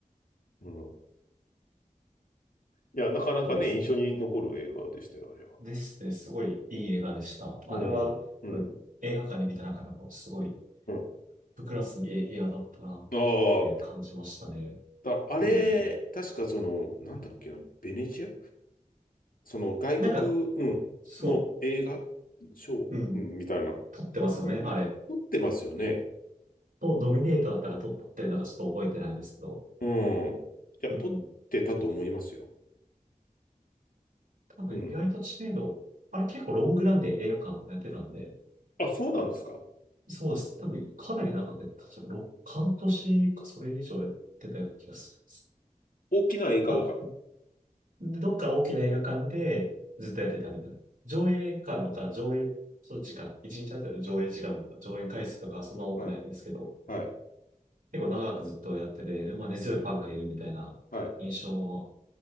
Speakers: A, on the left (about 80°); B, on the right (about 70°).
A: う。うん。いや、なかなかね、
B: そうです。
A: 印象に残る映画でしたよ、あれは。
B: ですね。すごいいい映画でした。あれは、
A: うん。うん。
B: 多分映画館に見た中でも、すごい、
A: うん。
B: ブクラスにいい映画だったな
A: あ
B: って感じましたね。
A: あ、だ、あれ、
B: うん。
A: 確かその、なんだっけな、ベネチアその外国、
B: なんか、
A: うん、
B: そ
A: の映画賞、
B: う。うん。
A: うん、みたいな。
B: 撮ってますよね、あれ。
A: 撮ってますよね。
B: と、ドミネートだったら撮ってるのかちょっと覚えてないですけど。
A: うん。いや、
B: うん。
A: 撮ってたと思いますよ。
B: 多分意外と知名度、
A: うん。
B: あれ結構ロングランで映画館やってたんで、
A: あ、そうなんですか
B: そうです。多分かなり長く、確かろ半年かそれ以上やってたような気がする。
A: 大きな映画が。
B: まあ、どっか大きな映画館でずっとやってたみたいな。上映館とか上映、その時間、一日あたりの上映時間とか上映回数とかそんな多くないんですけど、
A: はい。はい。
B: 結構長くずっとやってて、でまあ、根強いファンがいるみたいな印象も
A: はい。